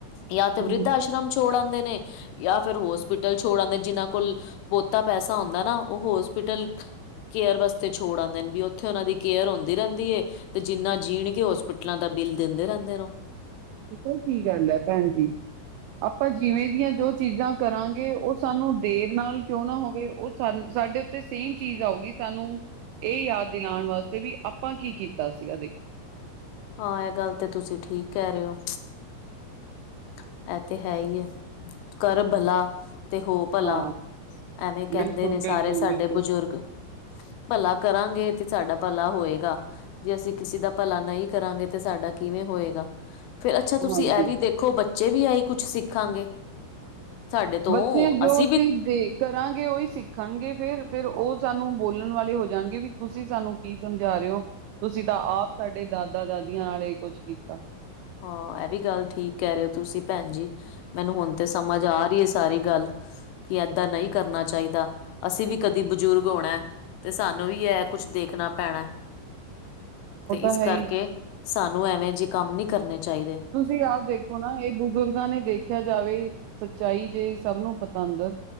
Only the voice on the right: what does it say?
ਹੂੰ।
ਪਤਾ ਕੀ ਗੱਲ ਹੈ ਭੈਣ ਜੀ ਆਪਾਂ ਜਿਵੇਂ ਦੀਆਂ ਜੋ ਚੀਜ਼ਾਂ ਕਰਾਂਗੇ ਉਹ ਸਾਨੂੰ ਦੇਰ ਨਾਲ ਕਿਉਂ ਨਾ ਹੋਵੇ ਉਹ ਸ ਸਾਡੇ ਸੇਮ ਚੀਜ਼ ਆਊਗੀ ਸਾਨੂੰ ਇਹ ਯਾਦ ਦਿਲਾਉਣ ਵਾਸਤੇ ਵੀ ਆਪਾਂ ਕੀ ਕੀਤਾ ਸੀਗਾ ਦੇਖੋ
ਹਾਂ
ਬਿਲਕੁਲ
ਬਿਲਕੁਲ
ਬਿਲਕੁਲ
ਹਾਂਜੀ
ਬੱਚੇ ਜੋ
ਸੀ
ਦੇਖ ਕਰਾਂਗੇ ਉਹੀ ਸਿੱਖਣਗੇ ਫੇਿਰ ਫਿਰ ਉਹ ਸਾਨੂੰ ਬੋਲਣ ਵਾਲੇ ਹੋ ਜਾਣਗੇ ਵੀ ਤੁਸੀਂ ਸਾਨੂੰ ਕੀ ਸਮਝਾ ਰਹੇ ਹੋ ਤੁਸੀਂ ਤਾਂ ਆਪ ਸਾਡੇ ਦਾਦਾ ਦਾਦੀਆਂ ਨਾਲ ਇਹ ਕੁਛ ਕੀਤਾ
ਉਹ
ਤਾਂ
ਹੈ ਹੀ
ਤੁਸੀਂ ਆਪ ਦੇਖੋ ਨਾ ਇਹ ਬਜ਼ੁਰਗਾਂ ਨੇ ਦੇਖ ਦੇਖਿਆ ਜਾਵੇ ਸੱਚਾਈ ਜੇ ਸਭ ਨੂੰ ਪਤਾ ਅੰਦਰ